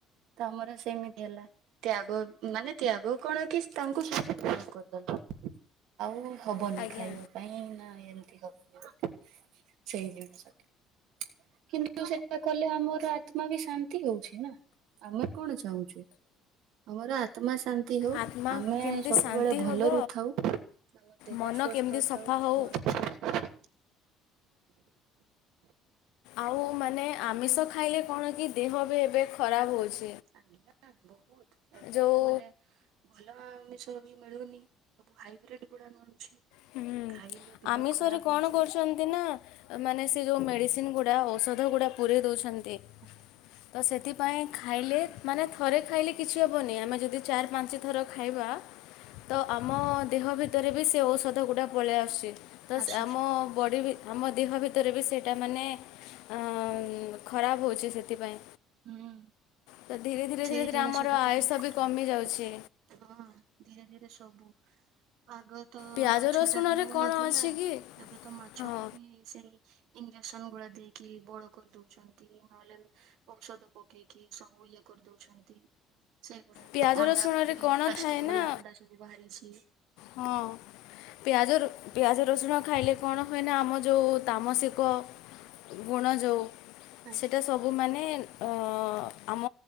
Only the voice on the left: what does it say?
ଆଜ୍ଞା
ଆତ୍ମା
କେମିତି
ଶାନ୍ତି
ହେବ
ମନ
କେମିତି
ସଫା ହଉ
ଆଉ ମାନେ ଆମିଷ ଖାଇଲେ କଣ କି ଦେହ ବି ଏବେ ଖରାପ ହଉଛି।
ଯୋଉ
ହୁଁ
ଆମିଷରେ
କଣ
କରୁଛନ୍ତି ନା ମାନେ ସେ ଯୋଉ ମେଡିସିନ ଗୋଟେ ପୁରା ଔଷଧ ଗୁଡା ପୁରେଇ ଦଉଛନ୍ତି। ତ
ସେତିକି ସେଥିପାଇଁ ଖାଇଲେ ମାନେ ଥରେ ଖାଇଲେ କିଛି ହେବନି ଆମେ ଯଦି ଚାରି ପାଞ୍ଚ ଥର ଖାଇବା ତ ଆମ ଦେହ ଭି ଖତ ରେ ବି ସେ ଔଷଧ ଗୁଡା ପଳେଇ ଆସୁଛି। ତ
ସେ ଆମ ବଡି ବି ଆମ ଦେହ ଭିତରେ ବି ସେଇଟା ମାନେ ଅ ଖରାପ ହେଉଛି ସେଥିପାଇଁ
ତ ଧୀରେ ଧୀରେ
ଧୀରେ ଧୀରେ
ଆମର
ଆୟୁଷ
ବି କମିଯାଉଛି
ପିଆଜ
ରସୁଣରେ
କ'ଣ ଅଛି କି
ହଁ
ପିଆଜ
ରସୁଣରେ
କ'ଣ
ଥାଏ
ନା
ହଁ ପିଆଜ ରୁ ପିଆଜ ରସୁଣ ଖାଇଲେ କଣ ହୁଏନା ଆମ ଯୋଉ ତାମସିକ ଗୁଣ ଯୋଉ
ସେଇଟା ସବୁମାନେ ଅ ଆମ